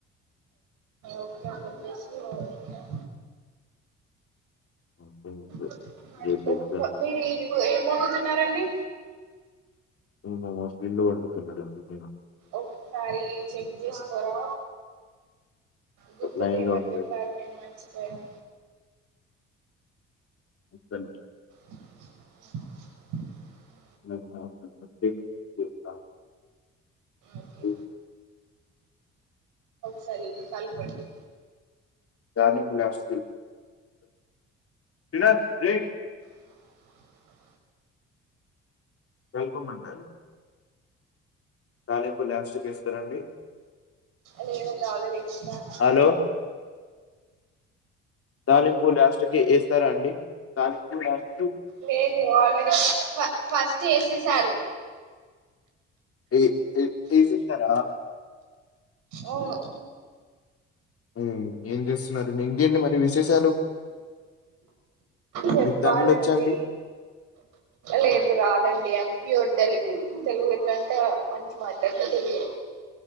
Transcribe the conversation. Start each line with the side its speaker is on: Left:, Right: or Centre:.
Right: ఒకే అని చెప్పేసి ఒకే <inaudible>
Left: ఉమ్, ఉమ్, ఉమ్.
Right: <inaudible>
Left: రేపు
Right: ఒక్కమీ
Left: ఎగ్జామ్ ఉంది.
Right: ఏం వండుతున్నారు అండి
Left: నేను మా ఫ్రెండ్ వండుతున్నాడేమో
Right: ఒకసారి చెక్ చేసుకోరా గుర్తు
Left: లైన్‌లో
Right: చేమని
Left: ఉండండి.
Right: చెప్పారు నేను మర్చిపోయాను
Left: ఇక్క నుండి
Right: <inaudible>
Left: నాకు జాబ్ రాకపోతే చెప్తాగు <inaudible>
Right: ఓకే సరి కలపండి
Left: <unintelligible> చిన్న ప్లేట్
Right: <inaudible>
Left: వెళ్ళిపోమంటారు తాలింపు లాస్టుకు ఏస్తారండి
Right: లేదండీ ఆల్రెడీ ఏసెసామ్
Left: హలో తాలింపు లాస్ట్ కి వేస్తారా అండి తాలింపు నాకు
Right: లేదు ఆల్రెడీ ఫ ఫ ఫస్ట్ ఏసేసారు
Left: ఏ తె ఎసేసినార
Right: ఓ ఆ
Left: హు ఏం చేస్తున్నారండీ ఇంకేంటి మరి విశేషాలు
Right: చెప్పాలండి
Left: మీకు తమిళ్ వచ్చా అండి
Right: లేదు రాదండి అం ప్యూర్ తెలుగు తెలుగు ఎట్లా అంటే మంచి మాట్లాడత తెలుగే